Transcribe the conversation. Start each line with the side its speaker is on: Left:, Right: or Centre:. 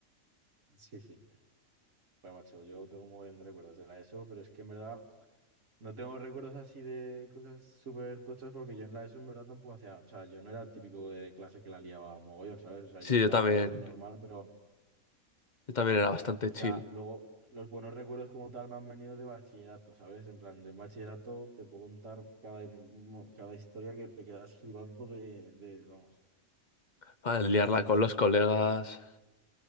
Right: <laughs> sí, sí. Bueno, macho, yo tengo un montón de recuerdos de la ESO, pero es que en verdad no tengo recuerdos así de cosas súper tochas porque yo en la ESO en verdad tampoco hacía, o sea, yo no era el típico de clase que la liaba mogollón, ¿sabes? O sea,
Left: Sí,
Right: yo estaba
Left: yo también,
Right: en clase normal, pero
Left: yo también era bastante
Right: O
Left: chill.
Right: sea, luego los buenos recuerdos como tal me han venido de bachillerato, ¿sabes? En plan, de en bachillerato te puedo contar cada, mo- cada historia que te quedas flipando de, de, vamos,
Left: Ah, liarla
Right: de- pero no
Left: con
Right: sé.
Left: los colegas.